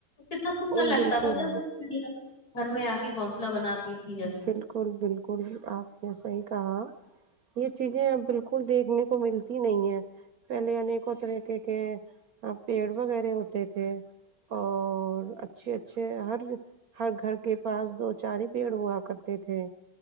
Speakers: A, on the left (about 60°); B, on the right (about 60°).
A: کتنا سندر
B: ا
A: لگتا
B: بالکل
A: تھا جب چڑیا میں آ کے گھونسلہ بناتی تھیں جب
B: بالکل بالکل آپ نے صحی کہا یہ چیزیں ا بالکل دیکھنے کو ملتی نہیں ہے پہلے انیکوں طریقے کے پیڑ وغیرہ ہوتے تھے اور اچھے اچھے ہر ہر گھر کے پاس دو چار ہی پیڑ ہوا کرتے تھے